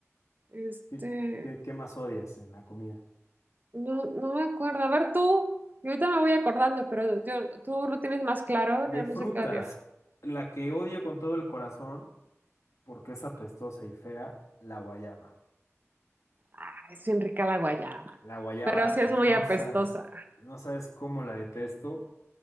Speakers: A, on the right; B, on the left.
A: Este,
B: ¿Qué, qué, qué más odias en la comida?
A: no, no me acuerdo. A ver tú. Yo ahorita me voy acordando, pero yo, tú lo tienes más claro.
B: De
A: Yo no
B: frutas,
A: sé qué odio.
B: la que odio con todo el corazón, porque es apestosa y fea, la guayaba.
A: Ay, Es bien rica la guayaba,
B: La guayaba,
A: pero sí es
B: no
A: muy apestosa.
B: sabes, no sabes cómo la detesto.